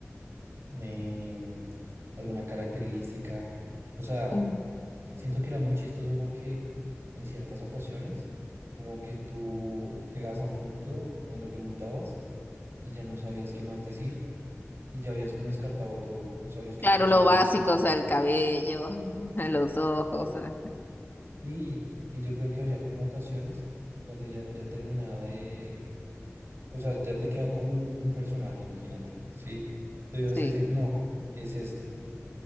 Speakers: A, on the right; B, on the left.
A: em, alguna característica. O sea,
B: ujú.
A: siento que era muy chistoso porque en ciertas ocasiones, como que tú llegabas a un punto donde preguntabas y ya no sabías qué más decir y ya habías como descartado todo, o sea, los que
B: Claro,
A: te quedaban.
B: lo básico,
A: por-
B: o sea, el cabello, <laughs> los ojos, o sea,
A: Sí, y yo creo que había como ocasiones donde ya, ya terminaba de, o sea, ya te queda como un un personaje, imagínate, ¿sí? Te ibas
B: sí.
A: a decir, no, es este,